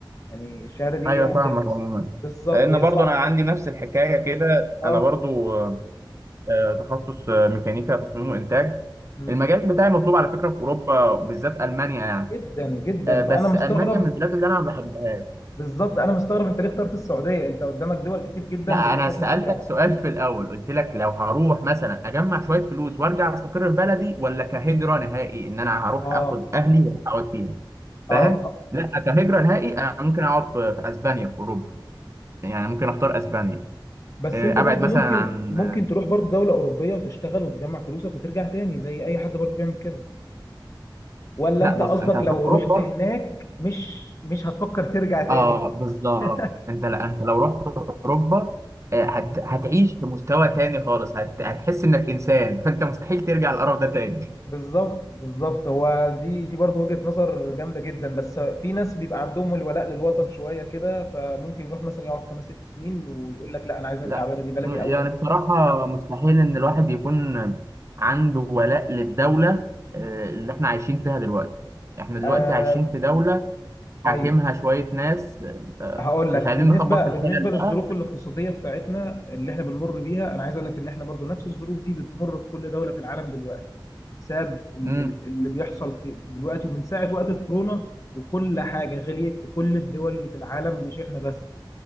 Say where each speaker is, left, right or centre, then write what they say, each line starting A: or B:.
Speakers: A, on the left; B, on the right.
A: يعني الشهاده دي
B: ايوه فاهمك عموما
A: بالظبط
B: لان
A: هي
B: برضو
A: صعبه
B: انا عندي نفس الحكايه كده
A: اه
B: انا برضو آه، آه، تخصص آه، ميكانيكا تصميم وانتاج
A: مم.
B: المجال بتاعي مطلوب على فكره في اوروبا بالذات المانيا يعني
A: جدا جدا
B: آه، بس
A: فانا مستغرب
B: المانيا من البلاد اللي انا ما بحبهاش
A: بالظبط انا مستغرب انت ليه اخترت السعوديه انت قدامك دول كتير جدا
B: لا
A: بالتخصص
B: انا سالتك
A: بتاعك
B: سؤال في الاول قلت لك لو هروح مثلا اجمع شويه فلوس وارجع استقر في بلدي ولا كهجره نهائي ان انا هروح
A: اه
B: اخد اهلي واقعد فيها فاهم
A: اه
B: لا كهجره نهائي انا ممكن اقعد في في اسبانيا في اوروبا يعني ممكن اختار اسبانيا
A: بس
B: آه،
A: انت برضو
B: ابعد مثلا
A: ممكن
B: عن
A: ممكن
B: آه،
A: تروح برضو دولة أوروبية وتشتغل وتجمع فلوسك وترجع تاني زي أي حد برضو بيعمل كده ولا
B: لا
A: انت
B: بص
A: قصدك
B: انت هتروح
A: لو
B: اوروبا
A: رحت هناك مش مش هتفكر ترجع تاني
B: اه بالظبط
A: <laughs>
B: انت لا انت لو رحت اوروبا آه، هت... هتعيش في مستوى تاني خالص هت... هتحس انك انسان فانت مستحيل ترجع للقرف ده تاني
A: بالظبط بالظبط هو دي دي برضو وجهة نظر جامدة جدا بس في ناس بيبقى عندهم الولاء للوطن شوية كده فممكن يروح مثلا يقعد خمس ست سنين ويقول لك لا أنا عايز أرجع
B: لا
A: بلدي بلدي
B: م-
A: أولى
B: يعني
A: بيا
B: بصراحة مستحيل إن الواحد يكون عنده ولاء للدولة آه، اللي إحنا عايشين فيها دلوقتي، إحنا دلوقتي
A: آه،
B: عايشين في دولة حاكمها
A: ايوه
B: شوية ناس آه،
A: هقول
B: مش
A: لك بالنسبه
B: عايزين نخبط في الحلل
A: بالنسبه للظروف
B: بقى،
A: الاقتصاديه بتاعتنا اللي احنا بنمر بيها انا عايز اقول لك ان احنا برضو نفس الظروف دي بتمر في كل دوله في العالم دلوقتي بسبب ال-
B: امم
A: ال- اللي بيحصل في في دلوقتي ومن ساعه وقت الكورونا وكل حاجه غليت في كل الدول اللي في العالم مش احنا بس